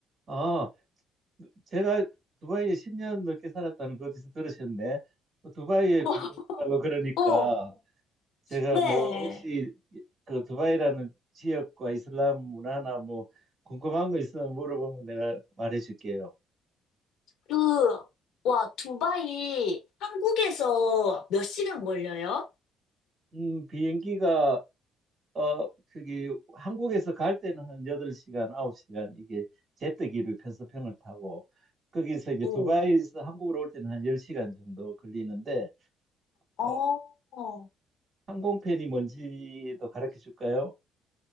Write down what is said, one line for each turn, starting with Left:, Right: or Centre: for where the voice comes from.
Right: 아, 제가 두바이에 10년 넘게 살았다는 거 어디서 들으셨네? 뭐 두바이에
Left: 어,
Right: 궁금하다고 그러니까
Left: 어,
Right: 제가
Left: 네.
Right: 뭐 혹시 그 두바이라는 지역과 이슬람 문화나 뭐 궁금한 거 있으면 물어보면 내가 말해줄게요.
Left: 그, 와, 두바이 한국에서 몇 시간 걸려요?
Right: 음, 비행기가 어 그기 한국에서 갈 때는 한 8시간, 9시간 이게 제트기로 편서평을 타고 거기서 이제
Left: 오,
Right: 두바이에서 한국으로 올 때는 한 10시간 정도 걸리는데
Left: 어,
Right: 어,
Left: 어.
Right: 항공편이 뭔지도 가르쳐 줄까요?